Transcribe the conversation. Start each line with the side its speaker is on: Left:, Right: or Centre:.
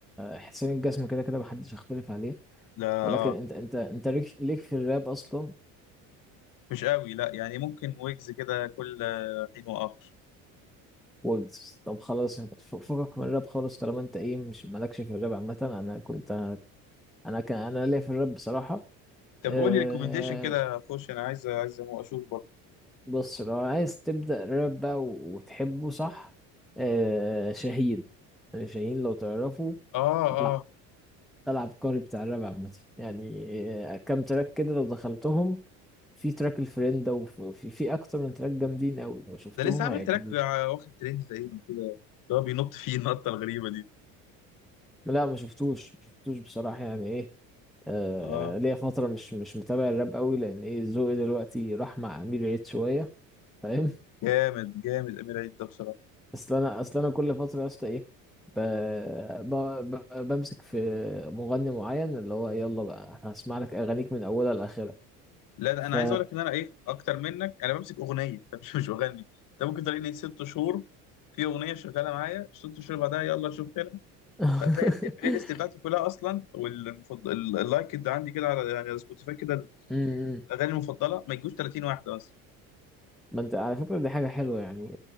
Centre: حسين الجسم كده كده محدش يختلف عليه
Left: لا
Centre: ولكن
Left: آه.
Centre: انت انت انت ليك ليك في الراب اصلا
Left: مش قوي لا يعني ممكن ويجز كده كل حين واخر
Centre: ويجز طب خلاص ف- فكك من الراب خالص طالما انت ايه مش مالكش في الراب عامة انا كنت انا كان انا ليا في الراب بصراحة
Left: طب
Centre: أه
Left: قول لي ريكومنديشن كده اخش انا عايز عايز اشوف برضه
Centre: بص لو عايز تبدأ راب بقى و- وتحبه صح أه شاهين يعني شاهين لو تعرفه
Left: اه
Centre: طلع
Left: اه
Centre: طلع عبقري بتاع الراب عامة يعني أه كام تراك كده لو دخلتهم في تراك الفريندة وفي في اكتر من تراك جامدين قوي لو شفتهم
Left: ده لسه عامل
Centre: هيعجبوك
Left: تراك ع- واخد ترند تقريبا كده اللي هو بينط فيه النطه الغريبه دي
Centre: لا ما شفتوش ما شفتوش بصراحة يعني ايه آه
Left: اه
Centre: ليا فترة مش مش متابع الراب قوي لأن إيه ذوقي دلوقتي راح مع أمير عيد شوية فاهم
Left: جامد جامد امير عيد ده بصراحه
Centre: <laughs> أصل أنا أصل أنا كل فترة يا اسطى إيه ب... ب... ب... بمسك في مغني معين اللي هو يلا بقى هسمع لك أغانيك من أولها لآخرها
Left: لا ده
Centre: ف
Left: انا عايز اقول لك ان انا ايه اكتر منك انا بمسك اغنيه <laughs> فمش مش بغني انت ممكن تلاقيني ست شهور في اغنيه شغاله معايا ست شهور بعدها يلا نشوف كده
Centre: <laughs>
Left: فتلاقي البلاي ليست بتاعتي كلها اصلا واللايك اللي عندي كده على يعني على سبوتيفاي كده
Centre: أمم.
Left: اغاني المفضله ما يجوش 30 واحده مثلا
Centre: ما أنت على فكرة دي حاجة حلوة يعني